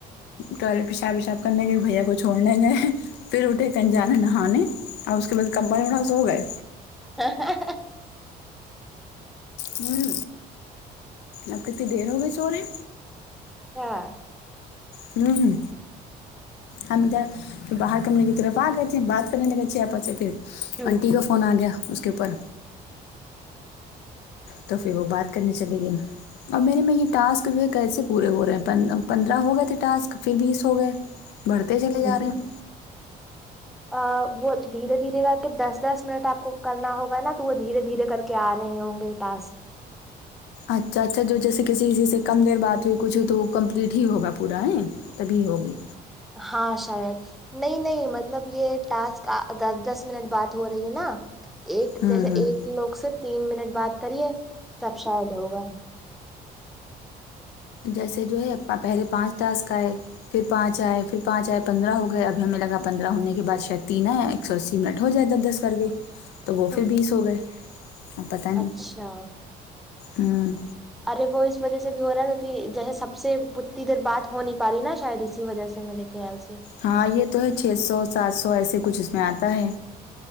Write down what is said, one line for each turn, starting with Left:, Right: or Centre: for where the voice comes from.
Left: ٹوائلٹ پشاب وشاب کرنے گے بھیا کو چھوڑنے گئے پھر اٹھے کے ک انجانے نہانے اور اس کے بعد کمبائی مڑا سو ہو گئے
Centre: ہاں ہاں
Left: ہوں اب کتنی دیر ہو گئی سو رہے
Centre: ہاں
Left: ھممم ہم باہر کمرے کی طرف آ گئے تھے بات کرنے لگے تھے آپس سے پھر
Centre: ہوں
Left: آنٹی کا فون آ گیا اس کے اوپر توپھر وہ بات کرنے چلے گیی اور میرے میں یہ ٹاسک جو ہے کیسے پورے ہو رہے ہیں پندرہ ہو گئے تھے ٹاسک پھر بیس ہو گئے بڑھتے چلے
Centre: ھمم
Left: جا رہے ہیں
Centre: آ وہ دھیرے دھیرے کر کے دس دس منٹ آپ کو کرنا ہوگا نا تو وہ دھیرے دھیرے کر کیے آ رہے ہوں گے ٹاسک
Left: اچھا اچھا جو جیسے کیسی سے کم دیر بات ہوئی کچھ ہوئی تو وہ کمپلیٹ ہی ہوگا پورا ہے تبھی ہوگی
Centre: ہاں شاید نہیں نہیں مطلب یے ٹاسک دس دس منٹ بات ہو رہی ہے نا ایک
Left: ہوں
Centre: جیسے
Left: ہوں
Centre: ایک لوگ سے تین منٹ بات کریے تب شاید ہوگا
Left: جیسے جو ہے پہلے پانچ ٹا سک ٹاسک آئے پھر پانچ آئے پھر پانچ آئے پندرہ ہو گئے ابھی ہمیں لگا پندرہ ہونے کے بعد شاید تین ہے ایک سو اسی منٹ ہو جائے دس دس کر کے تو وہ
Centre: ہوں
Left: پھربیس ہو گئے اب پتا نہیں
Centre: اچھا
Left: ہمم
Centre: ارے وہ اس وجہ سے بھی ہو رہا ہے جیسے سب سے اتنی دیر بات ہو نہیں پا رہی نا شاید اسی وجہ سے میرے خیال سے
Left: ہاں یے تو ہے چھ سو سات سو ایسے کچھ اس میں آتا ہے